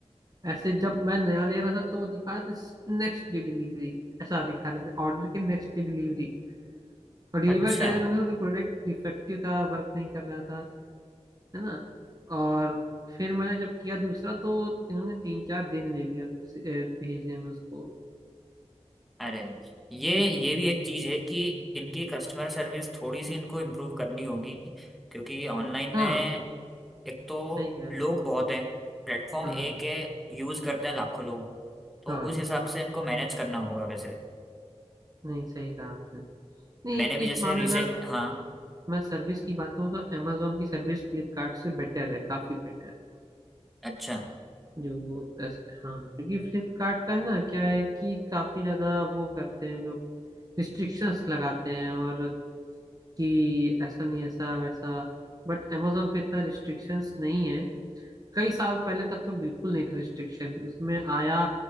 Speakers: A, on the right; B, in the centre.
A: ऐसे जब मैं नया ले रहा था तो वो दिखा रहे थे नेक्स्ट डे डिलीवरी ऐसा दिखा रहे थे ऑर्डर के नेक्स्ट डे डिलीवरी और डिलीवर
B: अच्छा
A: का जन्म हुआ तो प्रोडक्ट डिफेक्टिव था वर्क नहीं कर रहा था है ना और फिर मैंने जब किया दूसरा तो इन्होंने तीन चार दिन ले लिया अ, भेजने में उसको
B: अरे ये ये भी एक चीज़ है कि इनकी कस्टमर सर्विस थोड़ी सी इनको इम्प्रूव करनी होगी क्योंकि ऑनलाइन
A: हाँ
B: में एक तो
A: सही कह रहा
B: लोग
A: हूँ
B: बहुत हैं प्लेटफॉर्म
A: हाँ
B: एक है यूज करते हैं लाखों लोग तो
A: हाँ
B: उस हिसाब से इनको मैनेज करना होगा वैसे
A: नहीं सही कहा आपने नहीं
B: मैंने भी जैसे
A: इस मामले
B: रिसेंट
A: में अगर
B: हाँ
A: मैं सर्विस की बात करूँ तो अमेजोन की सर्विस फ्लिपकार्ट से बेटर है काफी बेटर है
B: अच्छा
A: जो ऐसे हाँ क्योंकि फ्लिपकार्ट का ना क्या है कि काफी ज्यादा वो करते हैं लोग रिस्ट्रिक्शंस लगाते हैं और कि ऐसा नहीं ऐसा वैसा बट amazon पे इतना रिस्ट्रिक्शंस नहीं है कई साल पहले तक तो बिल्कुल नहीं था रिस्ट्रिक्शन उसमें आया